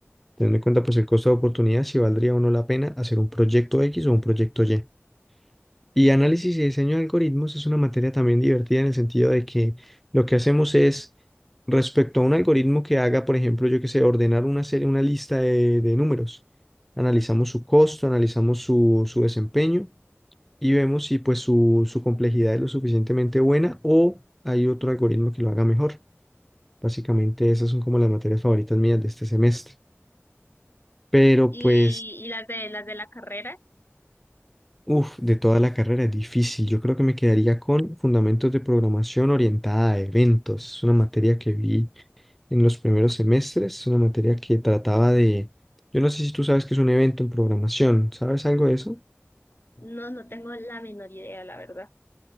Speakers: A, in the centre; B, on the left (about 50°).
A: Teniendo en cuenta pues el costo de oportunidad, si valdría o no la pena hacer un proyecto X o un proyecto Y. Y análisis y diseño de algoritmos es una materia también divertida en el sentido de que lo que hacemos es, respecto a un algoritmo que haga, por ejemplo, yo que sé, ordenar una serie, una lista de, de números, analizamos su costo, analizamos su, su desempeño y vemos si pues su, su complejidad es lo suficientemente buena o hay otro algoritmo que lo haga mejor. Básicamente esas son como las materias favoritas mías de este semestre. Pero
B: Y,
A: pues...
B: y las de, las de la carrera,
A: Uf, de toda la carrera es difícil. Yo creo que me quedaría con fundamentos de programación orientada a eventos. Es una materia que vi en los primeros semestres. Es una materia que trataba de... Yo no sé si tú sabes qué es un evento en programación. ¿Sabes algo de eso?
B: no, no tengo la menor idea, la verdad.